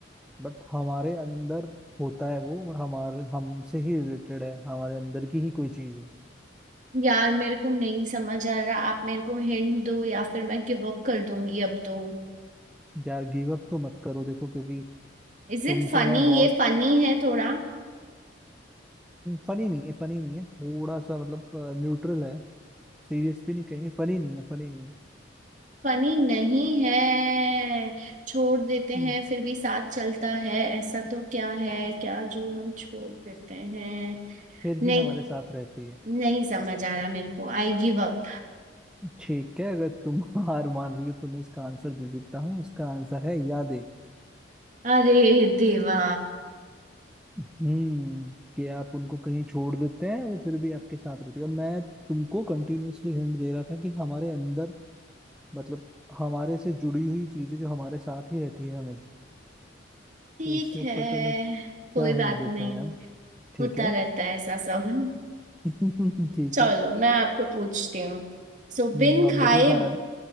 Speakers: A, in the centre; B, on the right.
A: बट हमारे अंदर होता है वो और हमारे हमसे ही रिलेटेड है हमारे अंदर की ही कोई चीज है
B: यार मेरे को नहीं समझ आ रहा आप मेरे को हिंट दो या फिर मैं गिव अप कर दूंगी अब तो
A: यार गिव अप तो मत करो देखो क्योंकि
B: Is
A: तुमको
B: it funny
A: मैं बहुत
B: ये फनी है थोड़ा
A: फनी नहीं है फनी नहीं है थोड़ा सा मतलब न्यूट्रल है सीरियस भी नहीं कहेंगे फनी नहीं है फनी नहीं है
B: फनी नहीं है छोड़ देते
A: हम्म।
B: हैं फिर भी साथ चलता है ऐसा तो क्या है क्या जो हम छोड़ देते हैं
A: फिर भी
B: नहीं
A: हमारे साथ रहती है
B: नहीं समझ आ रहा मेरे को I give up
A: ठीक है अगर तुम <laughs> हार मान रही हो तो मैं इसका आंसर दे देता हूँ इसका आंसर है यादें
B: अरे देवा
A: हम्म कि आप उनको कहीं छोड़ देते हैं वो फिर भी आपके साथ रहती है और मैं तुमको कंटिन्यूअसली हिंट दे रहा था कि हमारे अंदर मतलब हमारे से जुड़ी हुई चीजें जो हमारे साथ ही रहती है हमेशा
B: ठीक
A: तो इससे ऊपर
B: है
A: तो मैं
B: कोई
A: क्या हिंट
B: बात
A: देता
B: नहीं
A: है यार ठीक
B: होता
A: है
B: रहता है ऐसा सब
A: <laughs> ठीक
B: चलो
A: है
B: मैं आपको पूछती हूँ सो
A: हम्म,
B: बिन
A: अब
B: खाए
A: मुझे हरन